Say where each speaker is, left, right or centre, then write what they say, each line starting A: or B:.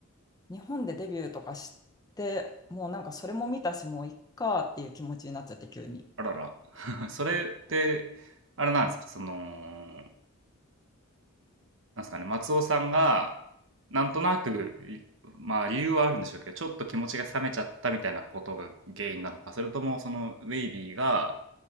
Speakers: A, on the left (about 20°); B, on the right (about 60°).
A: 日本でデビューとかして、もうなんかそれも見たし、もういっかっていう気持ちになっちゃって、急に。
B: あらら。<laughs> それって、あれなんですか、その、なんですかね、松尾さんが、なんとなく、いまあ、理由はあるんでしょうけど、ちょっと気持ちが冷めちゃったみたいなことが原因なのか、それともそのウェイビーが、